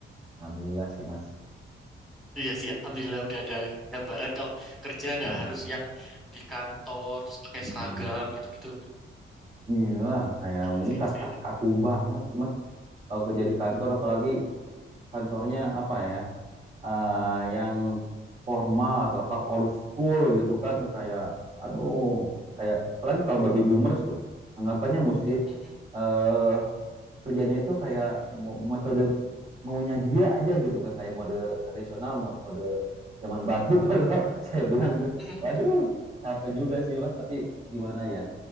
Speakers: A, on the right (about 30°); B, in the centre.
A: Alhamdulillah sih Mas.
B: Iya sih, alhamdulillah udah ada gambaran kalau kerja nggak
A: Mm-mm.
B: harus yang di kantor terus pakai
A: Mm-mm.
B: seragam gitu-gitu.
A: Iya, kayak
B: Ah,
A: maunya
B: sih,
A: kak
B: sih.
A: kak- kaku banget sih Mas. Kalau kerja di kantor apalagi kantornya apa ya eh, yang formal atau apa old school gitu kan kayak aduh kayak apalagi kalau baby boomers tuh anggapannya mesti
B: Mhm,
A: eh kerjanya itu kayak mo- metode maunya dia aja gitu kan kayak mode tradisional mode zaman batu <laughs> kalau, kalau saya bilang gitu
B: mhm.
A: waduh capek juga sih mas tapi gimana ya